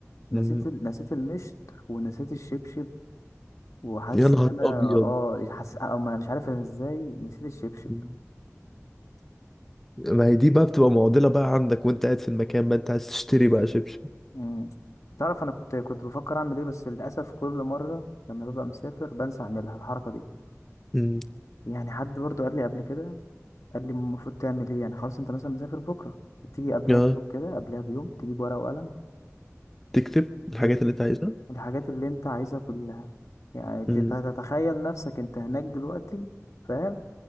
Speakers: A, on the left; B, in the centre.
A: نسيت
B: مم.
A: ال... نسيت المشط ونسيت الشبشب وحاسس
B: يا نهار
A: ان انا
B: ابيض
A: اه حاسس او ما مش عارف انا ازاي نسيت الشبشب
B: مم. ما هي دي بقى بتبقى معضله بقى عندك وانت قاعد في المكان بقى انت عايز تشتري بقى شبشب
A: مم. تعرف انا كنت كنت بفكر اعمل ايه بس للاسف كل مره لما ببقى مسافر بنسى اعملها الحركه دي
B: مم.
A: يعني حد برضه قال لي قبل كده قال لي المفروض تعمل ايه يعني خلاص انت مثلا مسافر بكره تيجي قبلها
B: اه
A: بيوم كده قبلها بيوم تجيب ورقه وقلم
B: تكتب الحاجات
A: تكتب
B: اللي انت عايزها
A: الحاجات اللي انت عايزها كلها يعني تت-
B: مم.
A: هتتخيل نفسك انت هناك دلوقتي فاهم